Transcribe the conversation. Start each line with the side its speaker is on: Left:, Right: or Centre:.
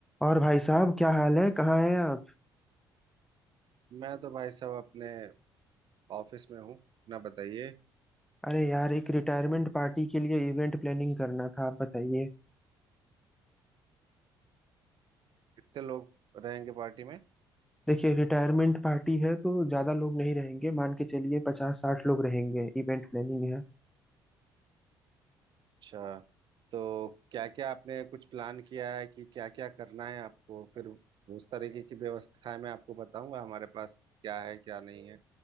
Centre: और भाई साहब क्या हाल है कहाँ हैं आप
Right: मैं तो भाई साहब अपने ऑफिस में हूँ अपना बताइए
Centre: अरे यार एक रिटायरमेंट पार्टी के लिए इवेंट प्लानिंग करना था आप बताइए
Right: कितने लोग रहेंगे पार्टी में
Centre: देखिए रिटायरमेंट पार्टी है तो ज्यादा लोग नहीं रहेंगे मान के चलिए पचास साठ लोग रहेंगे इवेंट प्लानिंग है
Right: अच्छा तो क्या क्या आपने कुछ प्लान किया है कि क्या क्या करना है आपको फिर उस तरीके की व्यवस्थाएं मैं आपको बताऊंगा हमारे पास क्या है क्या नहीं है